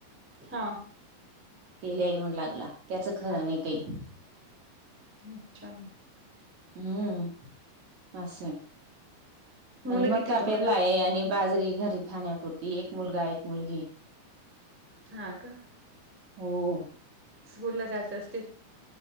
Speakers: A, in the centre; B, on the right (about 45°).
A: हा
B: तेल्या येऊन लागला, त्याचं खर नाही काही
A: खूप छान
B: हम्म असंय,
A: मुलं
B: आणि मग
A: किती
B: का
A: तुम्हाला
B: पेरला आहे आणि बाजरी घरी खाण्यापुरती, एक मुलगा एक मुलगी.
A: हा का
B: हो
A: स्कूल ला जात अस